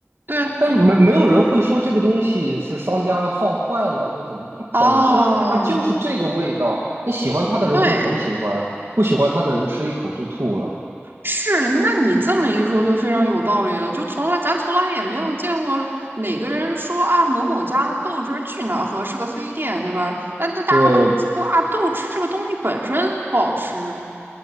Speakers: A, on the right (about 55°); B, on the right (about 70°).
A: 对，
B: 但没没有人会说这个东西是商家放坏了或怎么，它本身它就是这个味道，
A: 哦，
B: 那喜欢它的人会很喜欢，
A: 对，
B: 不喜欢它的人吃一口就吐了。
A: 是，那你这么一说就非常有道理了。就从来咱从来也没有见过哪个人说啊某某家的豆汁儿去哪喝是个黑店，对吧？但那大家都会说啊豆汁这个东西本身不好吃。
B: 对，